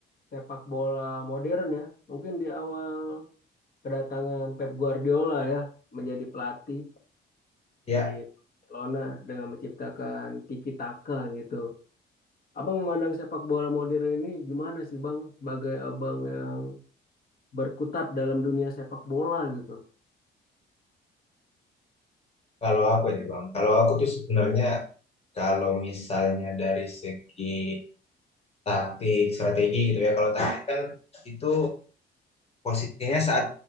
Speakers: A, on the left (about 50°); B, on the left (about 30°).
A: sepak bola modern ya, mungkin di awal kedatangan Pep Guardiola ya menjadi pelatih.
B: Ya,
A: di Barcelona dengan menciptakan tiki taka gitu. Abang memandang sepak bola modern ini gimana sih Bang sebagai abang yang berkutat dalam dunia sepak bola gitu.
B: kalau aku ya Bang, kalau aku tuh sebenarnya kalau misalnya dari segi taktik, strategi gitu ya, kalau taktik kan itu posisinya saat